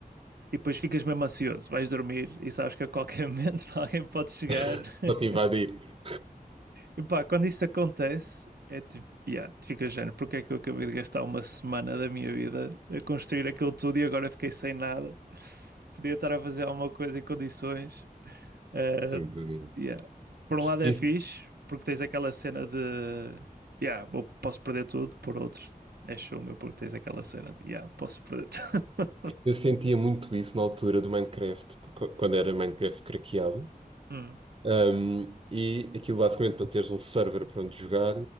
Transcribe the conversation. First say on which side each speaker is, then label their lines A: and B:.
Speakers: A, on the right (about 85°); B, on the right (about 35°).
A: e depois ficas mesmo ansioso, vais dormir e sabes que a qualquer <laughs> momento alguém pode chegar.
B: <laughs>
A: <laughs>
B: Só te invadir.
A: E pá, quando isso acontece, é tipo, yeah, tu ficas género, porque é que eu acabei de gastar uma semana da minha vida a construir aquilo tudo e agora fiquei sem nada? Podia estar a fazer alguma coisa em condições. Uh,
B: Sem dúvida.
A: yeah. Por um lado
B: E
A: é fixe, porque tens aquela cena de yeah, vou- posso perder tudo, por outros é chunga, porque tens aquela cena de yeah, posso perder tudo. <laughs>
B: eu sentia muito isso na altura do Minecraft, porque quando era Minecraft craqueado.
A: Hum,
B: Um, e aquilo basicamente para teres um server para onde jogar,